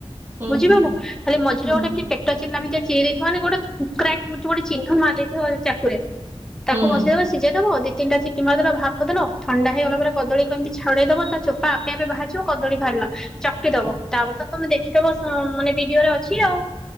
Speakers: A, on the right (about 20°); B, in the centre.
A: ହୁଁ
B: <unintelligible>
A: ହୁଁ ହୁଁ
B: <unintelligible> ମାନେ ଗୋଟେ କ୍ରାକ୍ ଗୋଟେ ଚିହ୍ନ ମାରି ଦେଇଥିବ ଚାକୁରେ ତାକୁ
A: ହୁଁ
B: ବସେଇଦବ ସିଝେଇଦବ ଅଧିକ ତିନିଟା ସିଟି ମାରିଦେଲ ବାହାର କରିଦେବ ଥଣ୍ଡା ହେଇଗଲା ପରେ କଦଳୀକୁ ଏମିତି ଛଡେଇଦବ ତା ଚୋପା ଆପେ ଆପେ ବାହାରଯିବ କଦଳୀ ବାହାରିଲା ଚାପି ଦବ ତାପରେ ତ ତମେ ଦେଖିଦବ ମାନେ ଭିଡିଓ ଭିଡିଓରେ ଅଛି ଆଉ